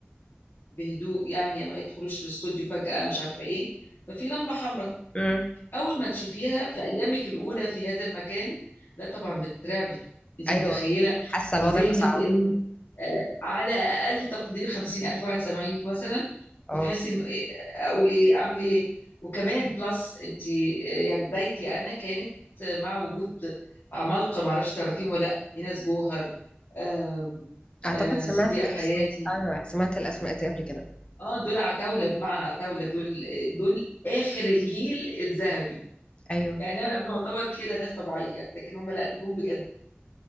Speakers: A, on the left (about 75°); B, on the left (about 25°).
A: بهدوء يعني ما يدخلوش الاستوديو فجأة مش عارفة إيه ففي لمبة حمراء
B: امم
A: اول ما تشوفيها في ايامك الاولى في هذا المكان لا طبعا بتترعبي انت
B: أيوه
A: متخيله
B: حاسة
A: في
B: الوضع
A: ذهنك
B: يبقى صعب
A: ان آه، على اقل تقدير 50000 واحد سامعينك مثلا
B: آه.
A: فتحسي انه ايه اقول ايه اعمل ايه وكمان بلس انت آه، يعني بدايتي انا كانت آه، مع وجود عمالقه ما اعرفش تعرفيهم ولا لا ايناس جوهر آم،
B: أعتقد
A: آه،
B: سمعت
A: صديقه
B: اسم
A: حياتي
B: أيوة سمعت الأسماء دي قبل كده
A: اه دول عتاوله بمعنى عتاوله دول دول اخر الجيل الذهبي
B: أيوه
A: يعني انا بنعتبر كده ناس طبيعيه لكن هم لا نجوم بجد